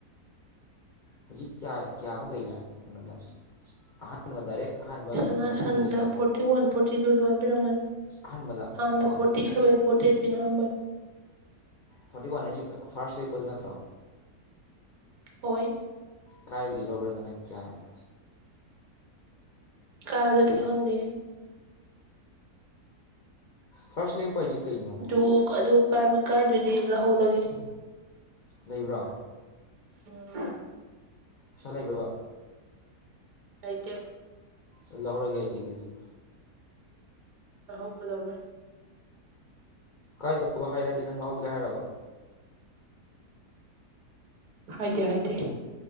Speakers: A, on the left; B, on the right.
A: ꯍꯧꯖꯤꯛ ꯀꯌꯥ ꯀꯌꯥꯃꯨꯛ ꯂꯩꯕꯦ ꯑꯅꯣꯗꯥꯁ ꯑ ꯑꯍꯥꯟꯕ ꯗꯥꯏꯔꯦꯛ ꯍꯥꯟꯕ
B: ꯁꯅꯥ
A: ꯃꯇꯨꯝꯗꯩ
B: ꯁꯟꯗ
A: ꯀꯛ
B: ꯐꯣꯔꯇꯤ ꯋꯥꯟ ꯐꯣꯔꯇꯤ ꯇꯨ ꯑꯗꯨꯃꯥꯏꯅ ꯄꯤꯔꯝꯒꯅꯤ
A: ꯑꯍꯟꯕꯗ
B: ꯍꯥꯟꯅ
A: ꯀꯣ
B: ꯐꯣꯔꯇꯤ ꯁꯚꯦꯟ ꯐꯣꯔꯇꯤ ꯑꯩꯠ ꯄꯤꯅꯔꯝꯕꯅꯤ
A: ꯐꯣꯔꯇꯤ ꯋꯥꯟ ꯍꯥꯢꯁꯦ ꯐꯥꯁ ꯂꯦꯞꯄ ꯗꯨ ꯅꯠꯇ꯭ꯔꯣ
B: ꯍꯣꯏ
A: ꯀꯥꯏꯕꯒꯤ ꯂꯧꯔꯒꯅ ꯀꯌꯥꯗꯣ
B: ꯀꯥꯏꯕꯗꯗꯤ ꯈꯪꯗꯦ
A: ꯐꯥꯁ ꯂꯦꯞꯄ ꯁꯦ ꯀꯩꯅꯣ
B: ꯑꯗꯨ ꯑꯗꯨ ꯀ ꯀꯥꯏꯗꯨꯗꯤ ꯂꯧꯍꯧꯔꯒꯦ
A: ꯂꯩꯕ꯭ꯔꯣ
B: ꯑꯣꯝ
A: ꯄꯩꯁꯥ ꯂꯩꯕ꯭ꯔꯕ
B: ꯂꯩꯩꯗꯤꯦ
A: ꯑꯜꯍꯔꯒꯦ ꯀꯩꯒꯦ ꯇ
B: ꯀ ꯍꯧ ꯀꯗꯕ
A: ꯀꯥꯏꯗꯧꯕ ꯍꯥꯏꯔꯗꯤ ꯅꯪ ꯂꯧꯍꯧꯒꯦ ꯍꯥꯏꯔꯕ
B: ꯍꯥꯏꯗꯦ ꯍꯥꯏꯗꯦ